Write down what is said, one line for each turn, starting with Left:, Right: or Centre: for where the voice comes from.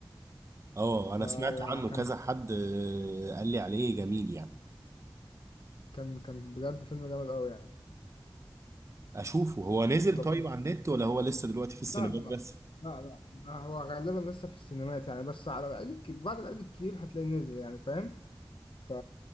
Right: اه انا
Left: فكان
Right: سمعت عنه كذا حد آه، قال لي عليه جميل يعني
Left: كان <laughs> كان بجد فيلم جامد قوي يعني
Right: اشوفه هو نزل
Left: طب
Right: طيب على النت ولا هو لسه دلوقتي في السينمات
Left: لا لا
Right: بس
Left: لا لا لا، هو غالبا لسه في السينمات يعني بس على العيد الكبير بعد العيد الكبير هتلاقيه نزل يعني فاهم ف...